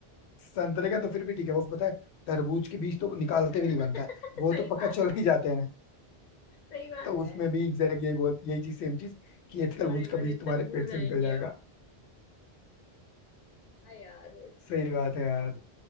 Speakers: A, on the left; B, on the left.
A: संतरे का तो फिर भी ठीक है वो पता है तरबूज के बीज तो निकालते
B: <laughs>
A: भी नहीं बनता है वो
B: सही
A: तो पक्का
B: बात
A: चल
B: है
A: ही जाते हैं
B: सही बात
A: तो
B: है
A: उसमें भी एग्जैक्ट यही बोल यही चीज सेम चीज कि ये तरबूज
B: बड़े
A: का
B: बड़े
A: बीज तुम्हारे
B: तरबूज
A: पेट
B: आएंगे
A: से निकल जाएगा
B: अब हाँ यार बस
A: सही बात है यार